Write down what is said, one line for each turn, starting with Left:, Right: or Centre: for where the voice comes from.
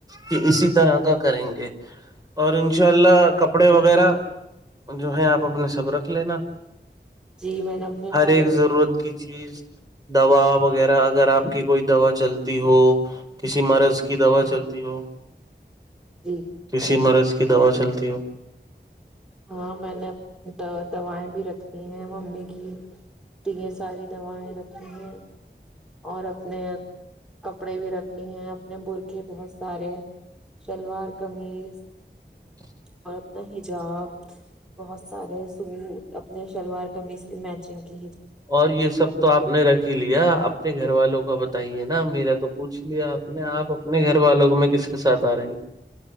Right: کہ اسی طرح کا کریں گے اور ان شاء اللہ کپڑے وغیرہ جو ہے آپ اپنے صبرک رکھ لینا
Centre: جی میں نے اپنے
Right: ہر
Centre: سارے
Right: ایک ضرورت کی چیز دوا وغیرہ اگر آپ کی کوئی دوا چلتی ہو کسی مرض کی دوا چلتی ہو
Centre: جی
Right: کسی مرض کی دوا چلتی ہو
Centre: ہاں میں نے دوائیں بھی رکھتی ہیں ممی کی یہ ساری دوائیں رکھی ہیں اور اپنے کپڑے بھی رکھ لیے ہیں اپنے بر کے بہت سارے شلوار قمیض
Right: <unintelligible>
Centre: اور اپنا حجاب بہت سارے سوٹ اپنے شلوار قمیض کے میچنگ کی
Right: اور یہ سب تو آپ نے رکھی لیا اپنے گھر والوں کو بت ہی ہے نا میرا تو کچھ بھی آپ نے آ اپنے گھر والوں کو میں کس کے ساتھ آ رہیں گے